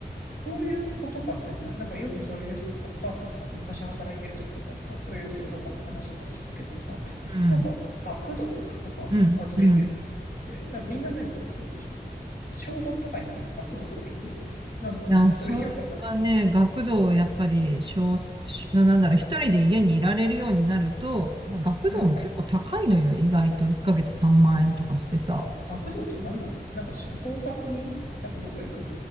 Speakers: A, on the left; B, on the right.
A: そういうことかってさ、なんかよくそういう人お母さんとかと昔働いてる時とかさ、そういう人とかの話とか聞くけどさ、
B: うん、
A: なんか学童とか預けてるとかって、
B: うん、うん。
A: なみんな何そ、そ、小5とかになっても学童とか行くのなのそれよくわかんない。
B: いや、それはね、学童をやっぱり少数、なんだろう、一人で家にいられるようになると、まあ、学童も結構高いのよ、
A: うん。なん
B: 意外と。1ヶ月3万円とかしてさ。
A: か学童って何なのなんか放課後になんかどっか行くの